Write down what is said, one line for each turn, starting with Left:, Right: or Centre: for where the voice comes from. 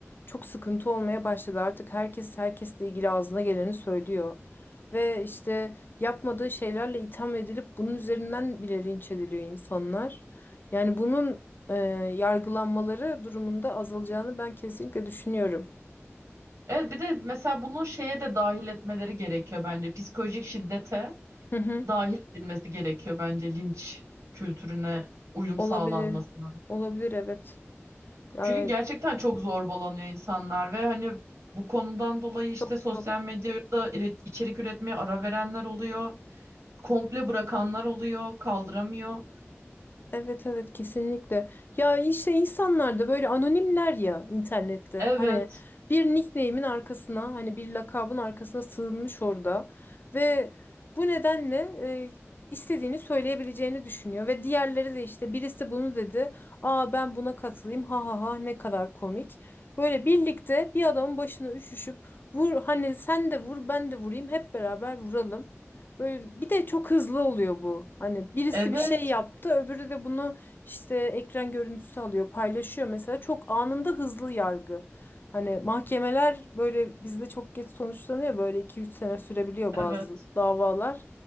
Left: çok sıkıntı olmaya başladı. Artık herkes herkesle ilgili ağzına geleni söylüyor. Ve işte yapmadığı şeylerle itham edilip bunun üzerinden bile linç ediliyor insanlar. Yani bunun e, yargılanmaları durumunda azalacağını ben kesinlikle düşünüyorum.
Right: Evet bir de mesela bunu şeye de dahil etmeleri gerekiyor bence. Psikolojik şiddete
Left: Hı hı,
Right: dahil edilmesi gerekiyor bence linç kültürüne uyum
Left: olabilir.
Right: sağlanmasının.
Left: Olabilir evet. Ya
Right: Çünkü gerçekten çok zorbalanıyor insanlar ve hani bu konudan dolayı işte
Left: çok
Right: sosyal
Left: çok.
Right: medyada ire- içerik üretmeye ara verenler oluyor. Komple bırakanlar oluyor, kaldıramıyor.
Left: Evet evet kesinlikle. Ya işte insanlar da böyle anonimler ya internette.
Right: Evet,
Left: Hani bir nickname'in arkasına hani bir lakabın arkasına sığınmış orada. Ve bu nedenle e, istediğini söyleyebileceğini düşünüyor. Ve diğerleri de işte birisi bunu dedi. Aa ben buna katılayım ha ha ha ne kadar komik. Böyle birlikte bir adamın başına üşüşüp vur hani sen de vur ben de vurayım hep beraber vuralım. Böyle bir de çok hızlı oluyor bu. Hani birisi
Right: evet,
Left: bir şey yaptı, öbürü de bunu işte ekran görüntüsü alıyor, paylaşıyor mesela. Çok anında hızlı yargı. Hani mahkemeler böyle bizde çok geç sonuçlanıyor. Böyle iki üç sene sürebiliyor bazı
Right: evet.
Left: davalar.